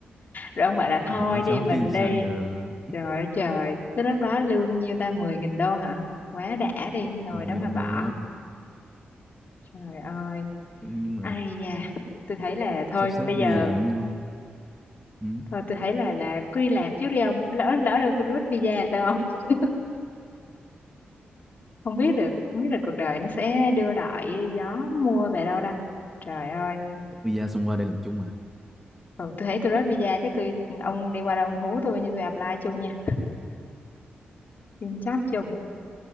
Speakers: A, on the left (about 50°); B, in the centre.
A: rồi ông bảo là
B: Bỏ
A: thôi
B: job
A: đi mình
B: chứ sao
A: đi
B: giờ
A: trời ơi trời tới lúc đó lương nhiêu ta 10.000 đô hả quá đã đi ngồi
B: mười
A: đó
B: nghìn
A: mà bỏ
B: đô.
A: trời ơi
B: Nhưng nhưng mà
A: ai da tôi thấy là thôi
B: sắp xếp
A: bây
B: đi
A: giờ
B: vậy vẫn vui. Ừ.
A: Thôi tôi thấy là là cứ đi làm trước đi ông. Lỡ lỡ đâu tôi rớt visa là sao không? <laughs> Không biết được, không biết được cuộc đời nó sẽ đưa đợi gió mua về đâu đâu. Trời ơi.
B: rút visa xong qua đây làm chung à
A: Ừ, tôi thấy tôi rớt visa chứ tôi ông đi qua đâu ông hú tôi như tôi apply chung nha. Xin job chung.